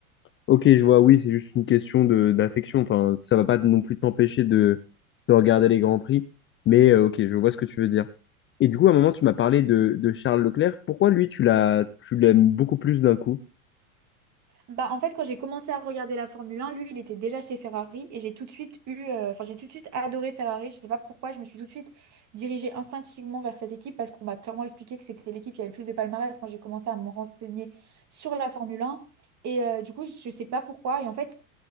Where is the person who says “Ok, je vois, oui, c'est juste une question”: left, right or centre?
Left